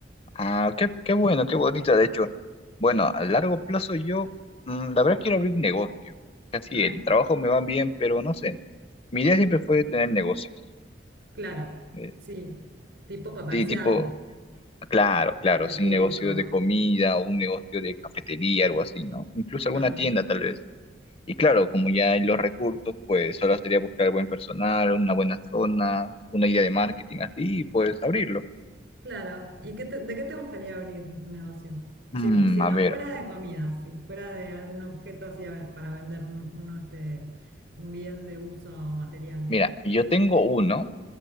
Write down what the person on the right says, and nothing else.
Ah,
claro,
sí, tipo comercial,
al
público.
Ah.
Claro. ¿Y qué te- de qué te gustaría abrir un negocio? Si,
si
no
fuera de comida, si fuera de algún objeto así a ve- para vender un, uno, este, un bien de uso material.